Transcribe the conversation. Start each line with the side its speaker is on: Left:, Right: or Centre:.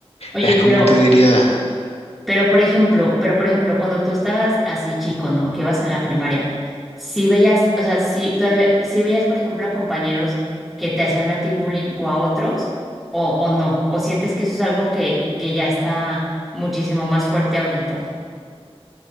Centre: Oye,
Left: es como
Centre: pero
Left: te diría,
Centre: Pero por ejemplo, pero por ejemplo, cuando tú estabas así chico, ¿no? Que ibas en la primaria, si veías, o sea, si todavía, si veías, por ejemplo, a compañeros que te hacían a ti bullying o a otros, o, o no, o sientes que eso es algo que, que ya está muchísimo más fuerte ahorita,